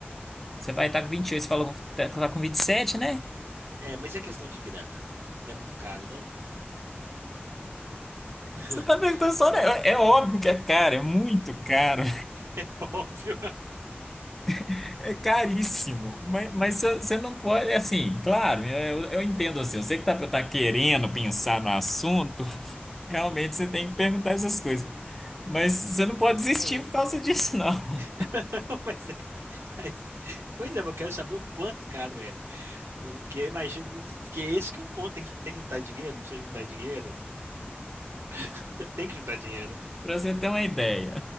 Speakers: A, in the centre; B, on the right.
A: você vai estar com 28. Você falou que tá tá com vinte e sete né?
B: É, mas é questão de grana. Não é muito caro, não? <laughs>
A: Você tá perguntando só, né? É é óbvio que é caro, é muito caro,
B: É óbvio.
A: <laughs> é caríssimo. Mas, mas você você não pode, é assim, claro, eu, eu entendo assim, você. eu sei que tá, tá querendo pensar no assunto, <laughs> realmente você tem que perguntar essas coisas. Mas você não pode desistir
B: Ah.
A: por causa disso, não.
B: <laughs> Mas é. Mas, pois é, mas eu quero saber o quanto caro é. Porque eu imagino. Porque é esse que é o ponto. Tem, que- tem que juntar dinheiro, não precisa juntar dinheiro. <laughs> Tem que juntar dinheiro.
A: para <laughs> você ter uma ideia,